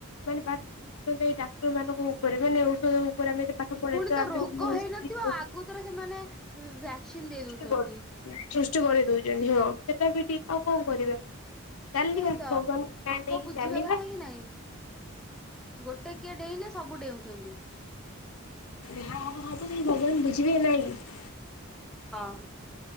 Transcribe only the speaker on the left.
ମାନେ ଏଇ ଡାକ୍ତର ମାନଙ୍କ ଉପରେ ମାନେ ଔଷଧ ଉପରେ ଆମେ ପାଠ ପଢଯ୍ୟନ୍ତ
<unintelligible>
କରୁ ସୃଷ୍ଟି କରି ଦଉଛନ୍ତି ହଁ ସେଟା ବି ଠିକ ଆଉ କଣ କରିବା। ଚାଲିବା
ଭଗବାନଙ୍କୁ ନାଁ
ନେଇକି
ଚାଲିବା।
ହ ହବ ତଇ ଭଗବାନ ବୁଝିବେ ନାଇକି?